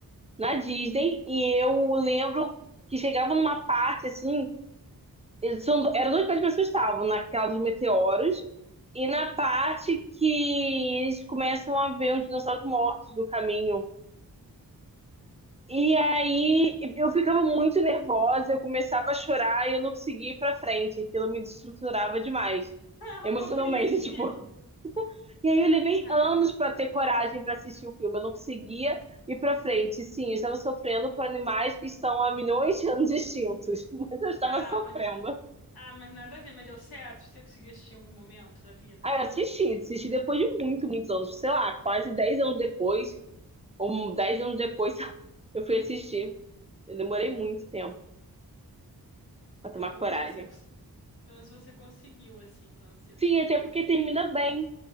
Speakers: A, on the right; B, on the left.
A: na Disney, e eu lembro que chegava numa parte assim eles são, eram duas partes que me assustavam, naquela dos meteoros e na parte que eles começam a ver os dinossauros mortos no caminho. E aí eu ficava muito nervosa, eu começava a chorar e eu não conseguia ir pra frente. Aquilo me destruturava demais,
B: Ah,
A: emocionalmente,
B: pobrezinha.
A: <laughs> tipo. E aí
B: Ah,
A: eu levei
B: cara.
A: anos pra ter coragem pra assistir o filme, eu não conseguia ir pra frente. Sim, eu estava sofrendo por animais que estão há milhões de anos extintos, <laughs> mas eu estava
B: Ah,
A: sofrendo.
B: mas, ah, mas nada a ver, mas deu certo? Você conseguiu assistir em algum momento da vida?
A: Aí eu assisti, assisti depois de muito, muitos anos, sei lá, quase 10 anos depois, ou 10 anos depois, <laughs> eu fui assistir. Eu demorei muito tempo pra tomar
B: Ah, pelo
A: coragem.
B: menos você, cons- pelo menos você conseguiu, assim, pelo menos você conseguiu.
A: Sim, até
B: Eu-
A: porque termina bem,